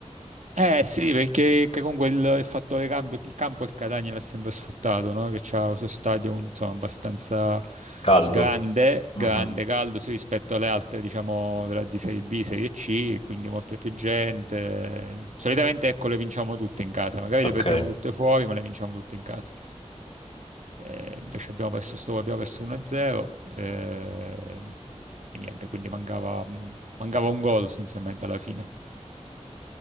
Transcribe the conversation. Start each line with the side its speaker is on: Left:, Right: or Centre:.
Right: Eh sì, perché che comunque il, il fattore cambio, il campo il Catania l'ha sempre sfruttato, no? Che c'ha questo stadio insomma, abbastanza
Left: Caldo.
Right: grande, grande,
Left: Mhm,
Right: caldo, sì, rispetto alle altre, diciamo, della- di Serie B, Serie C, quindi molta più gente. Solitamente, ecco, le vinciamo tutte in casa, magari
Left: ok.
Right: le perdiamo tutte fuori, ma le vinciamo tutte in casa. Eh, invece abbiamo perso sto, abbiamo perso 1-0 eh, e niente, quindi mancava, mancava un gol essenzialmente alla fine.